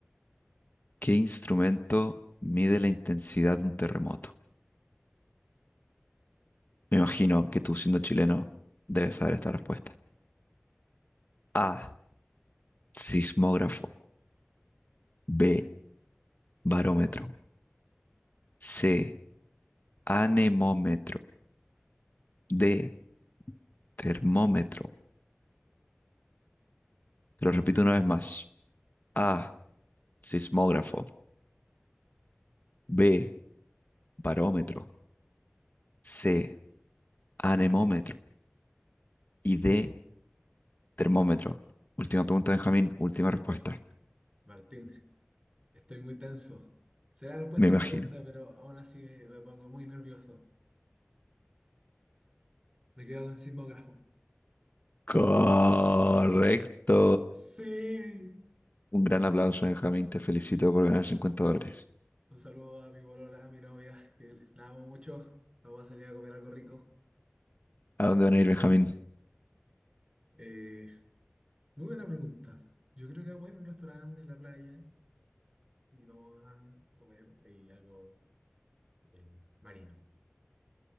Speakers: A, on the left (about 45°); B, on the right (about 20°).
A: ¿qué instrumento mide la intensidad de un terremoto? Me imagino que tú, siendo chileno, debes saber esta respuesta. A. Sismógrafo. B. Barómetro. C. Anemómetro. D. Termómetro. Te lo repito una vez más. A. Sismógrafo. B. Barómetro. C. Anemómetro. Y D. Termómetro. Última pregunta, Benjamín. Última respuesta.
B: Mar- Martín, estoy muy tenso. Será la respuesta
A: Me imagino.
B: correcta, pero aún así me, me pongo muy nervioso. Me quedo con sismógrafo.
A: Correcto.
B: Sí.
A: Un gran aplauso, Benjamín. Te felicito por ganar 50 dólares.
B: Un saludo a mi polola, a mi novia, que la amo mucho. Vamos a salir a comer algo rico.
A: ¿A dónde van a ir, Benjamín?
B: Eh, muy buena pregunta. Yo creo que vamos a ir a un restaurante en la playa y vamos a comer ahí algo eh, marino.